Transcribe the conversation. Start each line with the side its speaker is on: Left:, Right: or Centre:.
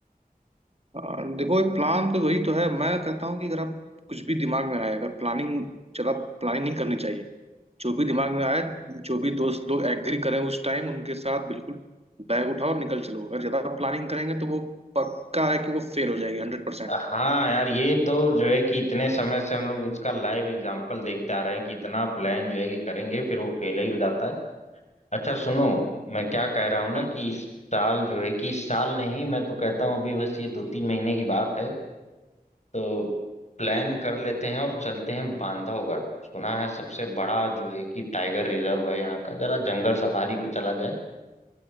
Right: और देखो एक प्लान तो वही तो है मैं कहता हूँ कि अगर आप कुछ भी दिमाग में आए अगर प्लानिंग ज्यादा प्लानिंग नहीं करनी चाहिए जो भी दिमाग में आए जो भी दोस्त लोग एग्री करें उस टाइम उनके साथ बिल्कुल बैग उठाओ और निकल चलो अगर ज्यादा प्लानिंग करेंगे तो वो पक्का है कि वो फेल हो जाएगी हंड्रेड परसेंट
Left: हाँ यार ये तो जो है कि इतने समय से हम लोग इसका लाइव एग्जांपल देखते आ रहे हैं कि इतना प्लान जो है कि करेंगे फिर वो फेल ही हो जाता है अच्छा सुनो मैं क्या कह रहा हूँ ना
Right: हम्म
Left: कि इस साल जो है कि इस साल नहीं मैं तो कहता हूँ अभी बस ये दो तीन महीने की बात है तो प्लान कर लेते हैं और चलते हैं बांधवगढ़ सुना है सबसे बड़ा जो है कि टाइगर रिजर्व है यहाँ का जरा जंगल सफारी पे चला जाए